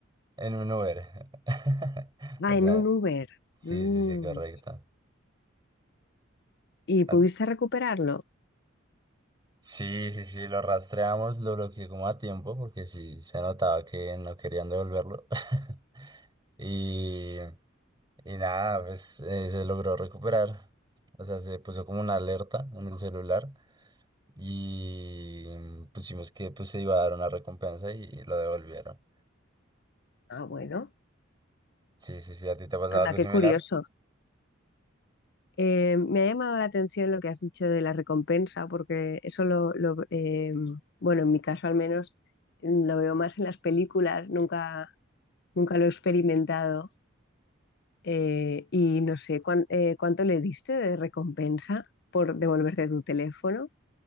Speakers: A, on the right; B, on the left.
A: En un Uber. <laughs>
B: Ah,
A: O sea,
B: en un Uber.
A: sí,
B: Mm,
A: sí, sí, correcto.
B: ¿Y
A: Ah,
B: pudiste recuperarlo?
A: Sí, sí, sí, lo rastreamos, lo bloqueé como a tiempo porque sí se notaba que no querían devolverlo. <laughs> Y, y nada, pues eh, se logró recuperar. O sea, se puso como una alerta en el celular y pusimos que pues se iba a dar una recompensa y, lo devolvieron.
B: Ah, bueno.
A: Sí, sí, sí, ¿a ti te ha pasado
B: Anda,
A: algo
B: qué
A: similar?
B: curioso. Eh, me ha llamado la atención lo que has dicho de la recompensa, porque eso lo, lo, eh, bueno, en mi caso al menos, mm, lo veo más en las películas, nunca, nunca lo he experimentado Eh, y no sé, ¿cuán- eh, ¿cuánto le diste de recompensa por devolverte tu teléfono?